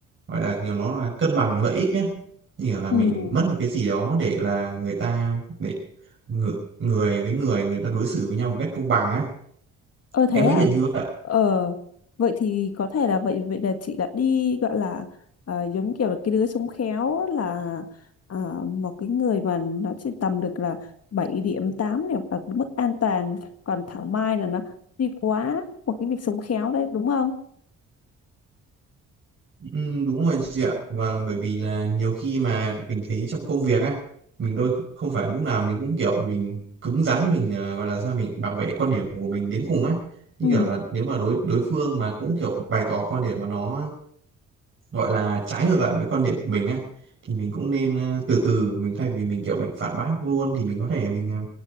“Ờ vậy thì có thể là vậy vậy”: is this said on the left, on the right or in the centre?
Left